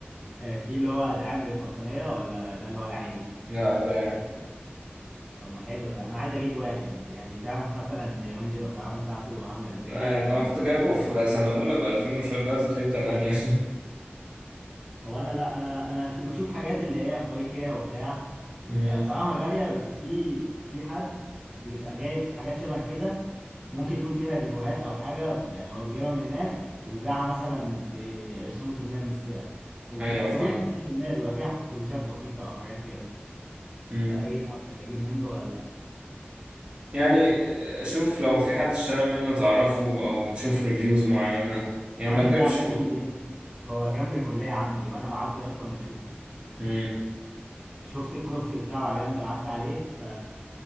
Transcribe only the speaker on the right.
لا ده يعني
لا، يعني
انا
كنت جايبه
في سنة اولى ب 2000 وشوية دلوقتي تلاقيه ب 8
<laughs> مم.
ايوه
فاهمك
امم
يعني شوف لو في حد اشترى منه تعرفه او تشوف ريفيوز معينة يعني
ما تجيبش
امم